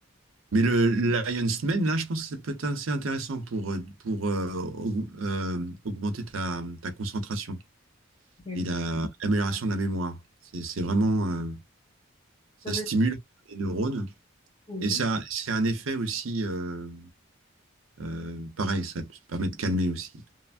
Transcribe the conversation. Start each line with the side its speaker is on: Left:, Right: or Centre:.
Right: Mais le Lion's Mane, là, je pense que c'est peut-être assez intéressant pour, euh, pour euh, aug- euh, augmenter ta, ta concentration.
Left: D'accord.
Right: et la- l'amélioration de la mémoire. C'est c'est vraiment, euh, ça
Left: La vérité,
Right: stimule les neurones
Left: oui.
Right: et ça, c'est un effet aussi, euh, euh, pareil, ça te permet de calmer aussi.